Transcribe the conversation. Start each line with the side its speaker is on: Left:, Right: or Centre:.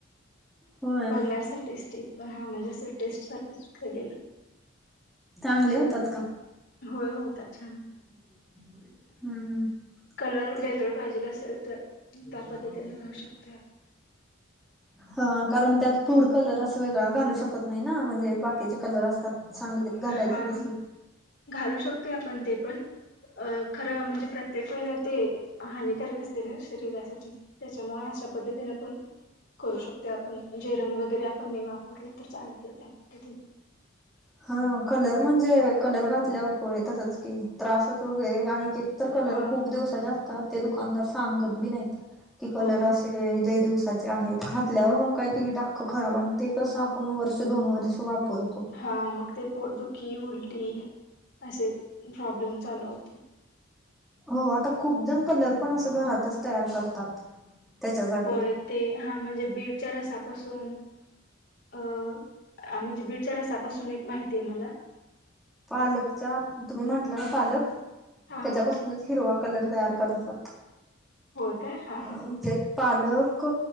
Centre: होय
Left: बघण्यासाठीच स्टेप हा म्हणजे असं टेस्ट साठीच केलेलं.
Centre: चांगले होतात का?
Left: होय होतात छान.
Centre: हम्म हम्म
Left: कलर
Centre: ते
Left: वेगळे पाहिजेल असेल तर त्या पद्धतीने होऊ शकता.
Centre: हा कारण त्यात फूड कलर असा वेगळा घालू शकत नाही ना म्हणजे बाकीचे कलर असतात सांडगेत घालायचे
Left: हा
Centre: तसले.
Left: घालू शकतो आपण ते पण अ खरं म्हणजे प्रत्येक वेळेला ते हानिकारक असते ना शरीरासाठी त्याच्यामुळे अशा पद्धतीने पण करू शकते आपण जे रंग वगैरे आपण नाही वापरल तर चालते त्या पद्धतीन.
Centre: हम्म कलर म्हणजे कलर घातल्यावर होय, तसच की त्रासच वगैरे आणि तर कलर
Left: हा
Centre: खूप दिवसाचे असतात, ते दुकानदार सांगत बी नाहीत की कलर
Left: होय
Centre: अशे ज लय दिवसाचे आहेत खातल्यावर मग काही पिक अख खराब आणि ते कसं आपण वर्ष दोन वर्ष वापरतो.
Left: हा मग ते पोटदुखी, उलटी अशे प्रॉब्लेम चालू होता.
Centre: हो आता खूप जण कलर पण असं घरातच तयार करतात. त्याच्यासाठी
Left: होय ते हा म्हणजे बीटच्या रसापासून अ म्हणजे बीटच्या रसापासून एक माहिती आहे मला
Centre: पालकचा तुम्ही म्हंटलं ना पालक
Left: हा
Centre: त्याच्यापासून
Left: हा
Centre: हिरवा कलर तयार करायचा
Left: होय काय हा
Centre: म्हणजे
Left: हा
Centre: पालक